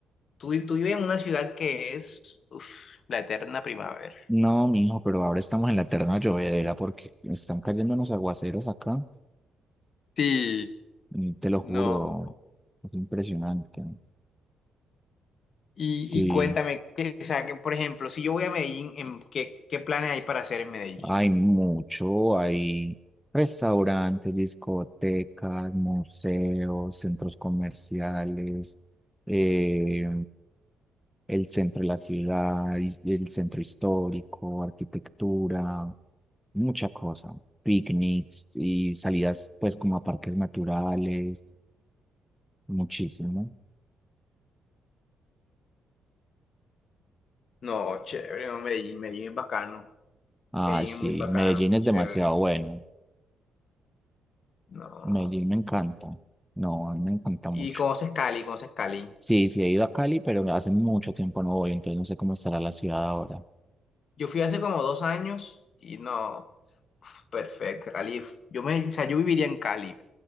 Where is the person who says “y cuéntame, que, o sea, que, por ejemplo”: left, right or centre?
Left